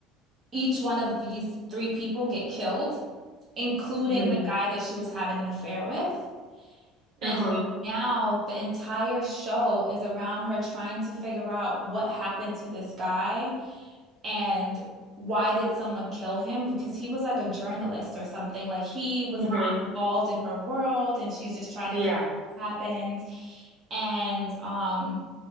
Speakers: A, on the right; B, on the right.
A: each one of these three people get killed, including
B: Mm-hmm.
A: the guy that she was having an affair with. And
B: Uh-huh.
A: so now the entire show is around her trying to figure out what happened to this guy and why did someone kill him? Because he was like a journalist or something. Like he was
B: Uh-huh.
A: not involved in her world and she's just trying
B: Yeah.
A: to figure out what happens. And um